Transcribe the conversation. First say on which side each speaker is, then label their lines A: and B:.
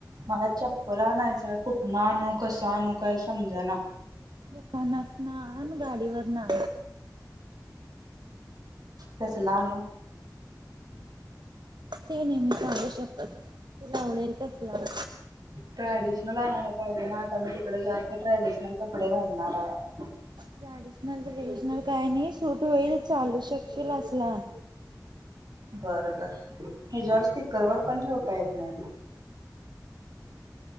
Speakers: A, on the right; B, on the right.
A: मला चप्पल आणायच कुठंनं आणू, कसं आणू काय समजेना.
B: दुकानाच ना गाडीवर ना
A: कसला आणू.
B: ते मी नाही सांगू शकत तुला आवडेल तसंल.
A: ट्रॅडिशनल आणयला पाहिजे ना आता मी तिकडे जास्त ट्रॅडिशनल कपडे घालणार आहे.
B: ट्रॅडिशनल ट्रेडिशनल काय नाही सूट होईल चालू शकशील असलं आण.
A: बरं बरं हे जास्ती कवर पण ठेवता येत नाही.